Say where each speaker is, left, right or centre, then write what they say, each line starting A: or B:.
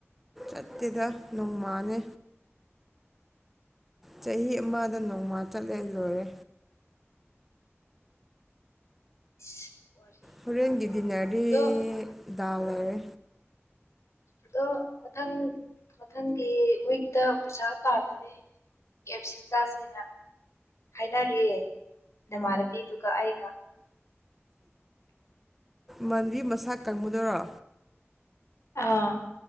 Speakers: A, in the centre; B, on the left (about 80°).
A: ꯆꯠꯇꯦꯗ ꯅꯣꯡꯃꯅꯤ ꯆꯍꯤ ꯑꯃꯗ ꯅꯣꯡꯃꯥ ꯆꯠꯂꯦ ꯂꯣꯏꯔꯦ
B: ꯏꯁ ꯋꯥꯔꯤ
A: ꯍꯣꯔꯦꯟꯒꯤ ꯗꯤꯟꯅꯔꯗꯤ
B: ꯑꯗꯣ
A: ꯗꯥꯜ ꯂꯩꯔꯦ
B: ꯑꯗꯣ ꯃꯊꯪ ꯃꯊꯪꯒꯤ ꯋꯤꯛꯇ ꯄꯩꯁꯥ ꯇꯥꯜꯂꯗꯤ ꯀꯞꯁꯤ ꯆꯥꯁꯦꯅ ꯍꯥꯏꯅꯔꯤꯌꯦꯦ ꯅꯃꯥꯟꯅꯕꯤꯗꯨꯒ ꯑꯩꯒ
A: ꯃꯟꯗꯤ ꯃꯁꯥ ꯀꯪꯉꯨꯗꯔꯣ
B: ꯑ